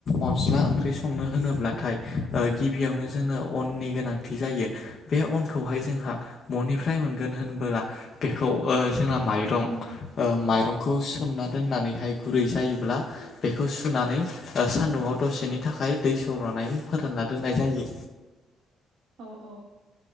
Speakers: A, on the left; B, on the right.
A: अनज्ला ओंख्रि संनो होनोब्लाथा ओ गिबियावनो जों नो अननि गोनांथि जायो बे अनखौहाय जोंहा बनि फ्राय मोनगोन होनबोला बेखौ ओ जोंना माइरं
B: उम
A: ओ माइरंखौ सोमना दोननानैहाय। गुरै जायोब्ला बेखौ सुनानै ओ सान्दुंआव दसेनि थाखाय दै सर'नानै फोरान ना दोननाय जायो।
B: औ औ।